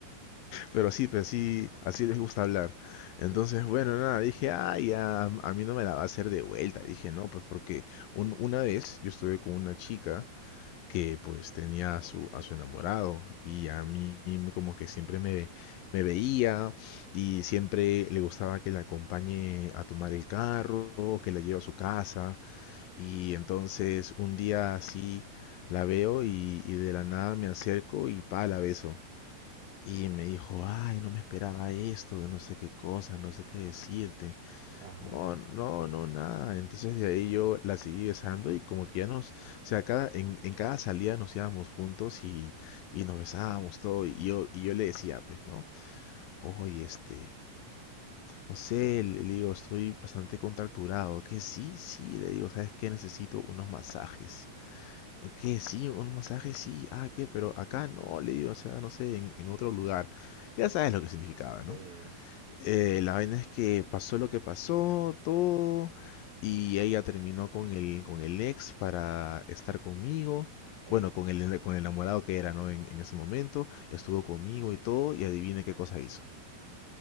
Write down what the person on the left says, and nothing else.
Pero sí, pero sí, así les gusta hablar. Entonces,
bueno, nada, dije, ay, ya, a mí no me la va a hacer de vuelta. Dije, no, pues porque un- una vez yo estuve con una chica que pues tenía a su, a su enamorado y a mí me- como que siempre me, me veía y siempre le gustaba que la acompañe a tomar el carro, que la lleve a su casa Y entonces un día así la veo y, y de la nada me acerco y pa, la beso. Y me dijo, ay, no me esperaba esto, que no sé qué cosa, no sé qué decirte.
No, no, no, nada. Entonces de ahí yo la seguí besando y como que ya nos, o sea, cada, en, en cada salida nos íbamos juntos y, y nos besábamos todo. Y yo, y yo le decía, pues, ¿no? Oye, este, no sé, le le digo, estoy bastante contracturado. Que sí, sí, le digo, ¿sabes qué? Necesito unos masajes. ¿Qué? Sí, un masaje, sí. Ah, ¿qué? Pero acá no, le digo, o sea, no sé, en, en otro lugar. Ya sabes lo que significaba, ¿no?
Eh, la vaina es que pasó lo que pasó, todo, y ella terminó con el, con el ex para estar conmigo.
Bueno, con el, con el enamorado que era, ¿no? En, en ese momento, estuvo conmigo y todo, y adivina qué cosa hizo.